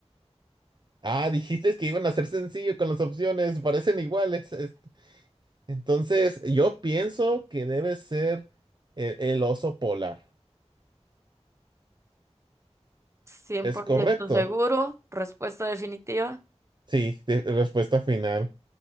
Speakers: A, on the right; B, on the right.
A: Ah, dijiste que iban a ser sencillo con las opciones, parecen iguales. es- Entonces, yo pienso que debe ser el, el oso polar.
B: cien
A: ¿Es
B: por
A: correcto?
B: ciento seguro. Respuesta definitiva.
A: Sí, de- respuesta final.